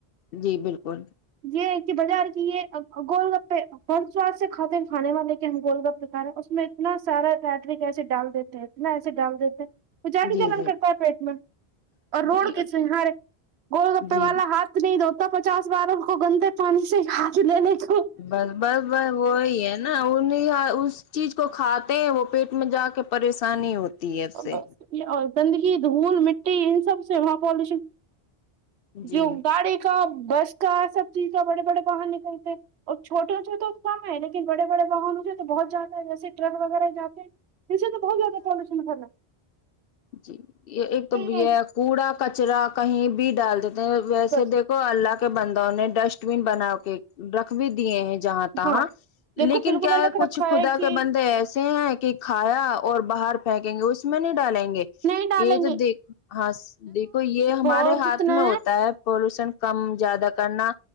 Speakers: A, on the left; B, on the right.
A: جی بالکل
B: یہ کہ بازار کی یہ گول گپہ بہت سواد سے کھاتے ہیں کھانے والے کے ہم گول گپ پے کا رہے ہیں اور اس میں اتنا سارا رٹر کیسے ڈال دیتے ہیں اتنا ایسے ڈال دیتے ہیں وہ جاڑ
A: جی
B: جنن کرتا ہے پیٹ میں
A: جی
B: اور روڈ کے سہار گول گپے
A: جی
B: والا ہاتھ نہیں دھوتا پچاس باروں کو گندے پانی سے ہاتھ لینے کا
A: بس بس بس وہی ہے نا انیں اس چیز کو کھاتے ہیں وہ پیٹ میں جا کے پریشانی ہوتی ہے ا سے
B: بس اور گندگی دھول مٹی ان سب سے وہاں پالوشن
A: جی
B: جو گاڑی کا بس کا سب چیز کا بڑے بڑے باہر نکلتے اور چھٹےوں سےے تو کم ہے لیکن بڑے بڑے واہنوں سے تو بہت زیادہ ہے جیسے ٹک وغیرہ جات جسے تو بہت زیادہ پالوشن ہوھرلا
A: جی یہ ایک تو یہ
B: ہے
A: کوڑا کچرا کہیں بھی ڈال دیتے ہیں ویسے
B: بس
A: دیکھ کو اللہ کے بندوں نے ڈسٹ بین بنا کے رکھ بھی دیے ہیں جہاں تاں
B: ہاں دیکھو
A: لیکن
B: بالکل
A: کیا
B: الگ
A: کچھ
B: رکھا
A: خدا
B: ہے کہ
A: کے بندے ایسے ہیں کہ کہ کھایا اور باہر پھینکیں گے اس میں نہیں ڈالیں گے یہ
B: نہیں ڈالیں
A: تو
B: گے
A: دیکھ ہاں دیکھو یہ ہمارے
B: بہت
A: ہاتھ
B: اتنا
A: میں ہوتا ہے پولوشن کم زیادہ کرنا